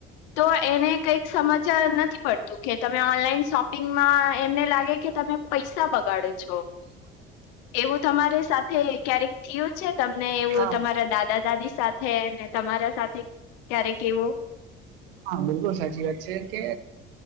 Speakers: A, on the left; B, on the right.
A: તો એને કંઈક સમજ નથી પડતું કે તમે ઓનલાઈન શોપિંગમાં એમને લાગે કે તમે પૈસા બગાડો છો
B: <unintelligible>
A: એવું તમારી સાથે ક્યારેક થયું છે તમને એવું
B: હા
A: તમારા દાદા દાદી સાથે ને તમારા સાથે ક્યારે કેવું
B: હા બિલકુલ સાચી વાત છે કે